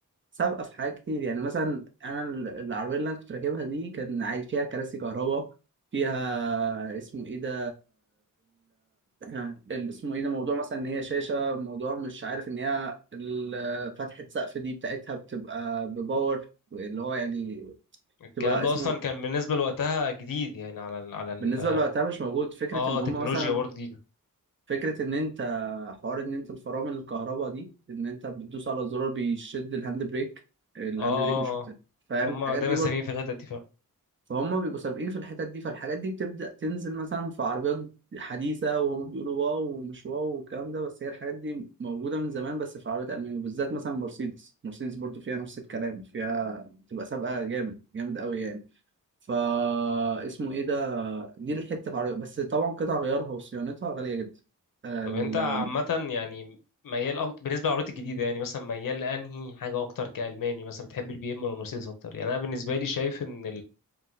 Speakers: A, on the right (about 35°); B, on the left (about 75°).
A: سابقه في حاجات كتير يعني مثلا انا ال- العربيه اللي انا كنت راكبها دي كان عادي فيها كراسي كهرباء فيها اسمه ايه ده يعني اللي اسمه ايه ده موضوع مثلا ان هي شاشه موضوع مش عارف ان هي ال- فتحه سقف دي بتاعتها بتبقى بباور اللي هو يعني
B: الكلام
A: بتبقى
B: ده
A: اسمه
B: اصلا
A: ايه
B: كان بالنسبه لوقتها جديد يعني على ال على ال
A: بالنسبه لوقتها مش موجود فكره
B: اه
A: ان
B: تكنولوجيا
A: هم مثلا
B: برضو جديده
A: فكره ان انت حوار ان انت الفرامل الكهرباء دي ان انت بتدوس على زرار بيشد الهاند بريك الهاند
B: اه
A: بريك مش بت...
B: اه اه
A: فاهم
B: هم
A: الحاجات
B: دايما
A: دي
B: سامين في الحته دي فعلا
A: فهم بيبقوا سابقين في الحتت دي فالحاجات دي بتبدأ تنزل مثلا في عربيات حديثة وهم بيقولوا واو ومش واو والكلام ده بس هي الحاجات دي موجودة من زمان بس في عربيات ألمانيا بالذات مثلا مرسيدس مرسيدس برضو فيها نفس الكلام فيها بتبقى سابقة جامد جامد قوي يعني فا اسمه ايه ده دي الحتة في عربيات بس طبعا قطع غيارها وصيانتها غالية جدا ال...
B: طب انت عامه يعني ميال أكتر بالنسبه للعربيات الجديده يعني مثلا ميال لانهي حاجه اكتر كالماني مثلا بتحب البي ام ولا المرسيدس اكتر يعني انا بالنسبه لي شايف ان